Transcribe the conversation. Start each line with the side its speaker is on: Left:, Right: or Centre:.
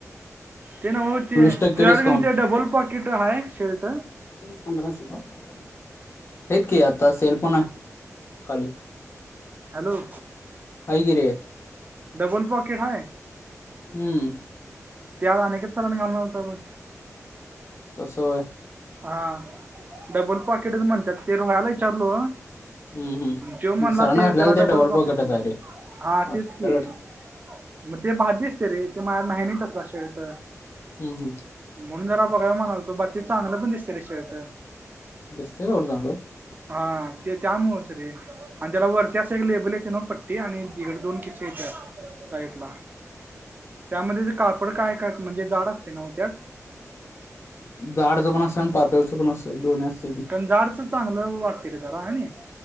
Right: ते नव्ह ते
Left: वीस टक्के
Right: तुझ्याकडे
Left: डिस्काउंट
Right: डबल पाॅकेट हाय शर्ट?
Left: पधराशें रुपये, हायत की आता सेलपन आहे खाली.
Right: हॅलो!
Left: काय की.
Right: डबल पॉकेट हाय?
Left: हम्म
Right: त्या वेळेस अनिकेत चाळन घालणार होता बघ.
Left: तसं व्हय.
Right: हा, डबल पॉकेटच म्हनत्यात ते रोह्याला विचारलो.
Left: हम्म हम्म
Right: त्यो म्हणला
Left: सरांना
Right: ते
Left: घातलेलं
Right: त्याला डबल पॉकेट
Left: पॉकेटच
Right: म्हणून.
Left: आहे रे
Right: हा
Left: त्याला
Right: तेच कि. मग ते भारी दिसतस तरे माझंमह्या नाहीन तसला शर्ट.
Left: हम् हम.
Right: म्हणून जरा बघाया म्हणालतो बाकी चांगलं पण दिसते रे शर्ट.
Left: दिसतय सोड चांगलं.
Right: हा ते त्यामुळेच रे आणि त्याला वरती असं एक लेबल येतं नवा पट्टी आणि दीड दोन त्याच्यात साईटला. त्यामध्ये ती कापड काय काय म्हणजे जाड असतील नव्हत त्यात.
Left: जाडचं पण असतंय आन पातळच पण दोन्हीचं असतं. ते दी
Right: कारण जाडच चांगलं वाटते रे जरा ह